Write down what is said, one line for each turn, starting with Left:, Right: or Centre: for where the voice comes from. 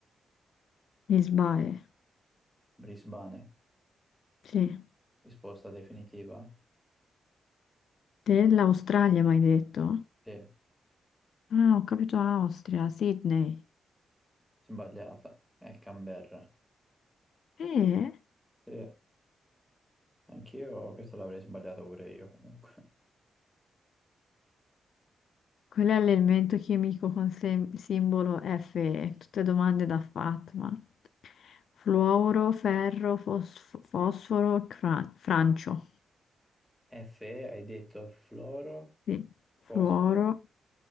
Left: Lisbae,
Centre: Brisbane,
Left: sì.
Centre: risposta definitiva?
Left: Dell'Australia mi hai detto?
Centre: Sì,
Left: Ah, ho capito Austria, Sydney.
Centre: sbagliata. È Canberra.
Left: Eh?
Centre: Sì, anch'io questo l'avrei sbagliato pure io comunque.
Left: Quello è l'elemento chimico con sem- simbolo Fe, tutte domande da Fatma. Fluoro, ferro, fosf- fosforo, cra- francio.
Centre: Fe, hai detto fluoro,
Left: Sì. Fluoro,
Centre: fosforo,